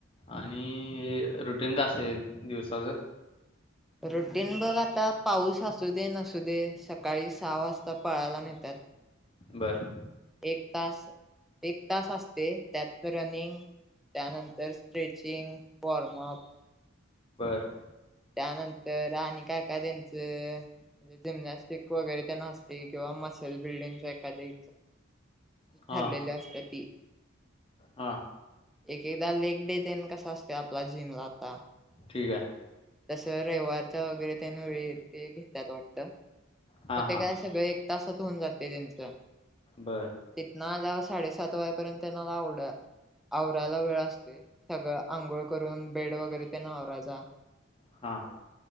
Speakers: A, on the left; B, in the centre.
A: आणि हे रुटीन काय असेल दिवसाचं.
B: रुटीन बघ आता पाऊस असू दे नसू दे सकाळी सहा वाजता पळायला नेतात.
A: बर
B: एक तास, एक तास असते त्यात रनिंग त्यानंतर स्ट्रेचिंग, वॉर्मअप
A: बर
B: त्यानंतर आणि काय काय त्यांच म्हणजे जिम्नॅस्टिक वगैरे ते नसते किंवा मसेल बिल्डिंग ए एरइ
A: हां.
B: ठरलेली असत ती
A: हा
B: एक एकदा लेग डे देन कसा असते आपला जिमला आता
A: ठीक आहे
B: तसं रविवारच्या वगैरे त्यां न वळी ते घेतात वाटत.
A: हा
B: मग ते
A: हा
B: काय सगळं एक तासात होऊन जाते त्यांच
A: बरं
B: तिथनं आल्यावर साडेसात वाजेपर्यंत त्यांनाला आवड आवराला वेळ असते. सगळं आंघोळ करून बेड वगैरे त्यांना आवरायाच.
A: हां